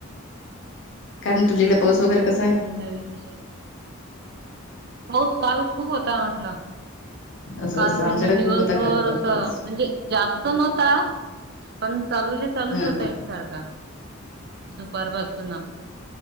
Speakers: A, on the left; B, on the right.
A: काय म्हण
B: बाकी
A: तुमच्याकडे
B: तुम्ही
A: पाऊस
B: सांगा
A: वगैरे कसा आहे?
B: काही नवीन विशे. हो काल खूप होता म्हटलं.
A: असं
B: काल
A: असं
B: पूर्ण
A: आमच्याकडे
B: दिवसभर
A: खूप होता काल काल
B: असं
A: पाऊस.
B: म्हणजे जास्त नव्हता पण चालूले चालूच
A: हा
B: होतय का दुपारपासून.